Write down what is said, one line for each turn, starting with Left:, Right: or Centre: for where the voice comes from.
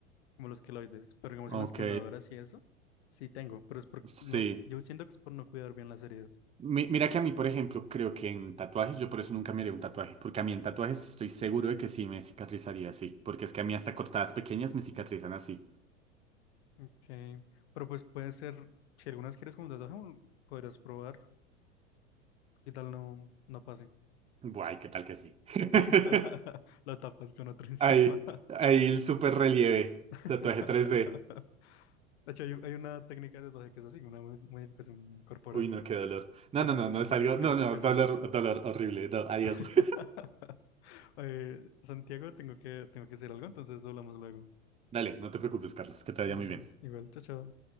Left: como los queloides, pero digamos
Right: Ok,
Left: en las quemaduras y eso, sí tengo, pero es por,
Right: sí.
Left: no, yo siento que es por no cuidar bien las heridas.
Right: Mi- mira que a mí, por ejemplo, creo que en tatuajes, yo por eso nunca me haría un tatuaje, porque a mí en tatuajes estoy seguro de que sí me cicatrizaría así, porque es que a mí hasta cortadas pequeñas me cicatrizan así.
Left: Ok, pero pues puede ser, si algunas quieres como un tatuaje, un- podrías probar, qué tal no, no pase,
Right: Guay, ¿qué tal que sí? <laughs>
Left: <laughs> lo tapas con otro encima.
Right: Ahí, ahí el super relieve,
Left: <laughs>
Right: tatuaje tres d
Left: De hecho, hay, hay una técnica de tatuaje que es así, una mo- modificación corporal,
Right: Uy, no, qué dolor. No,
Left: que
Right: no,
Left: se
Right: no,
Left: llaman
Right: no es algo.
Left: escarificaciones.
Right: No, no, dolor, dolor horrible. No, adiós.
Left: <laughs>
Right: <laughs>
Left: Oye, Santiago, tengo que, tengo que hacer algo, entonces hablamos luego.
Right: Dale, no te preocupes, Carlos, que te vaya
Left: Mm,
Right: muy
Left: Dale,
Right: bien.
Left: igual, chao, chao.